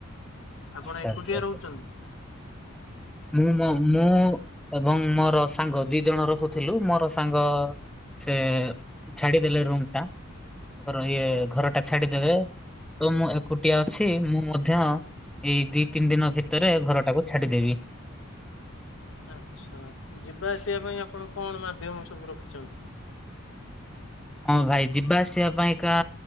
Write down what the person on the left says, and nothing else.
ଆପଣ
ଏକୁଟିଆ
ରହୁଛନ୍ତି?
ଆଛା। ଯିବା ଆସିବା ପାଇଁ ଆପଣ କଣ ମାଧ୍ୟମ ସବୁ ରଖିଛନ୍ତି?